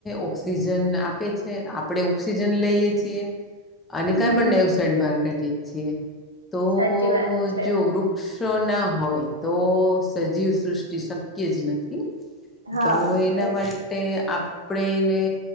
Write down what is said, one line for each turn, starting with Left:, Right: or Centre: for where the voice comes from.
Left: ઓક્સિજન આપે છે, આપણે ઓક્સિજન લઈએ છીએ. અને
Right: હમ
Left: કાર્બન ડાયોક્સાઇ, ડ બહાર કાઢીએ છીએ, તો
Right: સાચી વાત છે
Left: જો વૃક્ષ શ ના હોય, તો સજીવ સૃષ્ટિ શક્ય જ નથી.
Right: હા
Left: જો, એના
Right: સાચ-
Left: માટે આપણેને